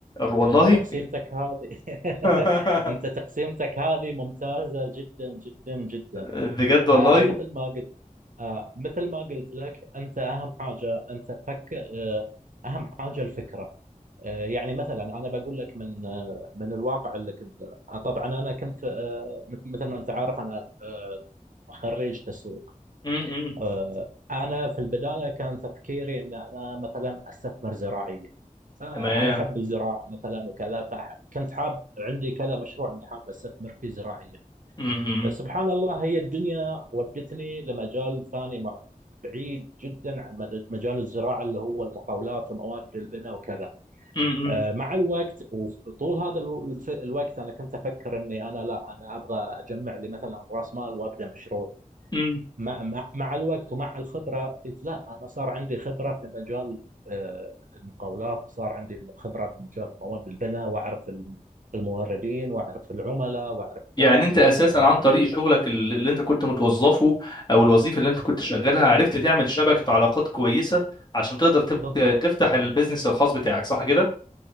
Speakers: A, on the left (about 30°); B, on the right (about 65°).
A: والله
B: يعني تقسيمتك هذه <laughs>
A: <laughs>
B: انت تقسيمتك هذه ممتازه جدا جدا جدا
A: بجد والله
B: آه مثل ما قلت آه مثل ما قلت لك انت اهم حاجه انت فكر آه اهم حاجه الفكره آه، يعني مثلا انا بقول لك من آه، من الواقع اللي كنت آه، طبعا انا كنت آه، مث- مثل ما انت عارف انا آه، خريج تسويق
A: م- م.
B: آه، انا في البدايه كان تفكيري ان انا مثلا استثمر زراعيا آه،
A: تمام
B: انا احب الزراعه مثلا وكذا فكنت حاب عندي كذا مشروع اني حاب استثمر فيه زراعيا
A: م-
B: بس
A: م.
B: سبحان الله هي الدنيا ودتني لمجال ثاني مع- بعيد جدا عن مد- مجال الزراعه اللي هو المقاولات ومواد البناء وكذا
A: م-
B: آه، مع الوقت وطول هذا الو- الف- الوقت انا كنت افكر اني انا لا انا ابغى اجمع لي مثلا راس مال وابدا مشروعي
A: م.
B: مع مع مع الوقت ومع الخبره قلت لا انا صار عندي خبره في مجال آه، المقاولات وصار عندي خبره في مجال مواد البناء واعرف الم- الموردين واعرف العملاء واعرف كذا
A: يعني انت اساسا
B: آه،
A: عن طريق شغلك ال- اللي انت كنت متوظفه او الوظيفه اللي انت كنت شغالها عرفت تعمل شبكه علاقات كويسه عشان تقدر تف-
B: بالضبط
A: تفتح البيزنس الخاص بتاعك صح كده